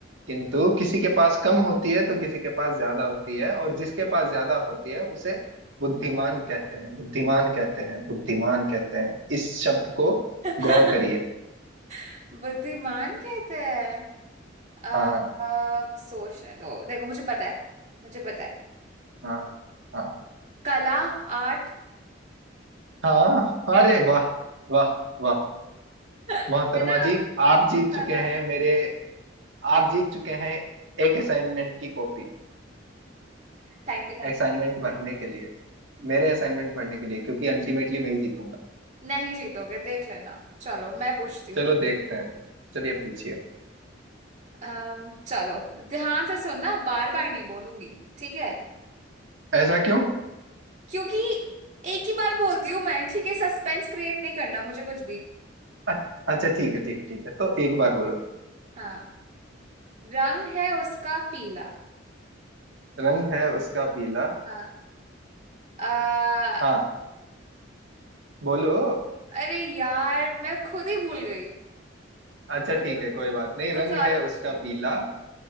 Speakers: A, on the right; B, on the right.
A: किंतु किसी के पास कम होती है तो किसी के पास ज्यादा होती है और जिसके पास ज्यादा होती है उसे बुद्धिमान कहते हैं बुद्धिमान कहते हैं बुद्धिमान कहते हैं इस शब्द को
B: है
A: गौर करिए
B: <laughs> बुद्धिमान कहते हैं अब
A: हाँ
B: अब सोचने दो देखो मुझे पता है मुझे पता है
A: हाँ हाँ
B: कला आर्ट
A: हाँ अरे वाह वाह वाह
B: <laughs> है
A: मोहतरमा
B: ना
A: जी आप
B: इजी
A: जीत
B: था
A: चुके
B: ना
A: हैं मेरे आप जीत चुके हैं एक असाइनमेंट की कॉपी
B: Thank you thank
A: असाइनमेंट
B: you thank
A: भरने के लिए
B: you
A: मेरे असाइनमेंट भरने के लिए क्योंकि अल्टीमेटली मैं ही जीतूंगा
B: नहीं जीतोगे देख लेना चलो मैं पूछती हूँ
A: चलो देखते हैं चलिए पूछिए
B: अम, चलो ध्यान से सुनना बार बार नहीं बोलूंगी ठीक है
A: ऐसा क्यों
B: क्योंकि एक ही बार बोलती हूँ मैं ठीक है सस्पेंस क्रिएट नहीं करना मुझे कुछ भी
A: अ- अच्छा ठीक है ठीक है ठीक है तो एक बार बोलो तो।
B: हाँ रंग है उसका पीला
A: रंग है उसका पीला
B: हाँ आ,
A: हाँ बोलो
B: अरे यार मैं खुद ही भूल गई
A: अच्छा
B: रुक
A: ठीक
B: रुक
A: है कोई
B: रुक
A: बात नहीं
B: कुछ
A: रंग
B: और
A: है
B: पूछती
A: उसका
B: हूँ
A: पीला